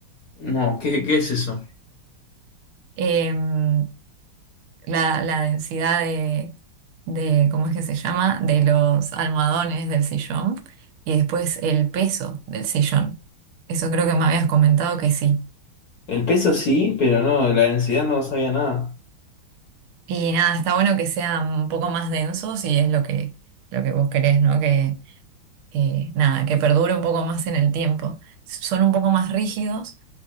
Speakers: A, on the left; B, on the right.
A: No, ¿qué, qué es eso?
B: em, la, la densidad de, de, ¿cómo es que se llama? De los almohadones del sillón y después el peso del sillón. Eso creo que me habías comentado que sí.
A: El peso sí, pero no, de la densidad no sabía nada.
B: Y nada, está bueno que sean un poco más densos y es lo que, lo que vos querés, ¿no? Que, que, nada, que perdure un poco más en el tiempo. Son un poco más rígidos,